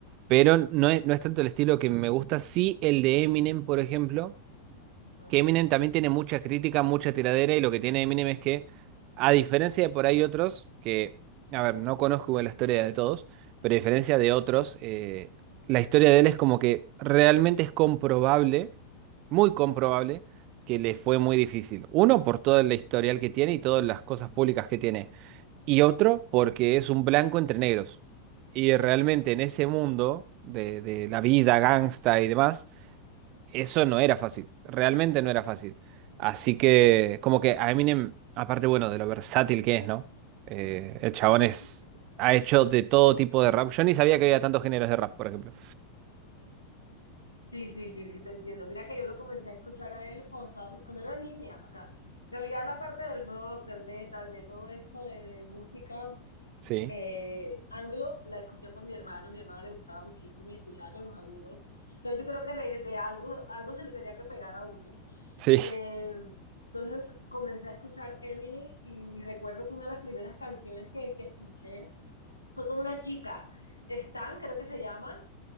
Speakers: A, on the right (about 40°); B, on the left (about 85°).
A: Pero no es, no es tanto el estilo que me gusta. Sí, el de Eminem, por ejemplo
B: ujú.
A: que Eminem también tiene mucha crítica, mucha tiradera y lo que tiene Eminem es que, a diferencia de por ahí otros, que, a ver, no conozco igual la historia de todos, pero a diferencia de otros, eh, la historia de él es como que realmente es comprobable, muy comprobable, que le fue muy difícil. Uno, por todo el historial que tiene y todas las cosas públicas que tiene. Y otro, porque es un blanco entre negros. Y realmente en ese mundo de, de la vida gangsta y demás, eso no era fácil, realmente no era fácil. Así que, como que a Eminem, aparte, bueno, de lo versátil que es, ¿no? Eh, el chabón
B: Sí,
A: es,
B: sí, sí.
A: ha hecho de todo tipo de rap. Yo ni sabía que había tantos géneros de rap, por ejemplo.
B: Sí, sí, sí, sí, te entiendo. Mira que yo lo comencé a escuchar a él cuando estaba, cuando era niña. O sea, en realidad la parte del rock, del metal, de todo esto de, de música
A: Sí,
B: eh, anglo, la escuché por mi hermano. Mi hermano le gustaba muchísimo y escuchaba con los amigos. Entonces yo creo que de, de algo, algo se le tenía que pegar a uno.
A: sí,
B: Eh, entonces comencé a escuchar Eminem y, recuerdo que una de las primeras canciones que, que escuché fue con una chica, Stan, creo que se llama